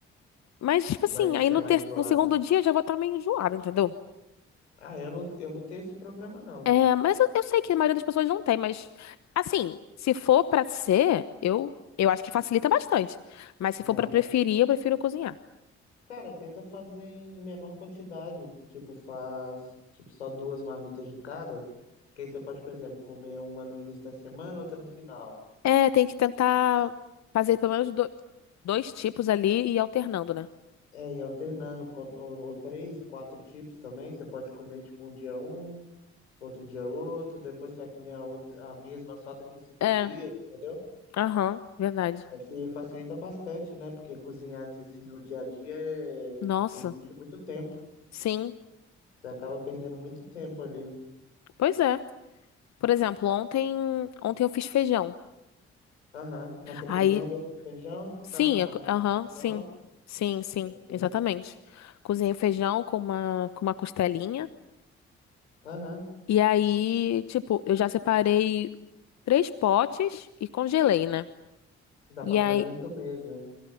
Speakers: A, on the left; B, on the left.
A: Mas, tipo assim,
B: Vai, você
A: aí no,
B: vai
A: ter...
B: enjoar,
A: no segundo
B: né?
A: dia eu já vou estar meio enjoada, entendeu?
B: Ah, eu não, eu não tenho esse problema, não.
A: É, mas eu, eu sei que a maioria das pessoas não tem, mas assim, se for pra ser, eu eu acho que facilita bastante. Mas se
B: Não.
A: for pra preferir, eu prefiro cozinhar.
B: Cara, tenta fazer em menor quantidade. Tipo, faz, tipo, só duas marmitas de cada. Que aí você pode, por exemplo, comer uma no início da semana, outra no final.
A: É, tem que tentar fazer pelo menos do- dois tipos ali e ir alternando, né?
B: É, e alternando, com- ou, ou três, quatro tipos também. Você pode comer, tipo, um dia um, outro dia outro, depois você vai comer a, outra, a mesma só daqui cinco
A: É,
B: dias, entendeu?
A: aham, verdade.
B: É que facilita bastante, né? Porque cozinhar de- assim no dia a dia é-
A: Nossa,
B: exige muito tempo.
A: sim,
B: Você acaba perdendo muito tempo ali.
A: pois é. Por exemplo, ontem ontem eu fiz feijão.
B: Aham. Mas você cozinhou
A: Aí,
B: mesmo o feijão,
A: sim,
B: tal, na panela
A: eu co- aham,
B: de pressão?
A: sim, sim, sim,
B: Ok.
A: exatamente. Cozinhei o feijão com uma com uma costelinha.
B: Aham.
A: E aí, tipo, eu já separei três potes e congelei, né?
B: Dá
A: E
B: pra comer
A: aí,
B: durante o mês, né?